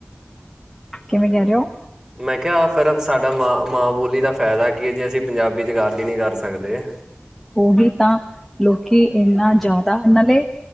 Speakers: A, in the centre; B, on the right.
A: ਕਿਵੇ ਕਿਹ ਰਹੇ ਹੋ।
B: ਮੈ ਕਿਹਾ ਫਿਰਫ ਸਾਡਾ ਮਾਂ, ਮਾਂ ਬੋਲੀ ਦਾ ਫਾਇਦਾ ਕੀ ਹੈ ਜੇ ਅਸੀ ਪੰਜਾਬੀ ਚ ਗੱਲ ਹੀ ਨਹੀ ਕਰ ਸਕਦੇ।
A: ਉਹੀ ਤਾ ਲੋਕੀ ਇਨਾ ਜਾਦਾ ਨਾਲੇ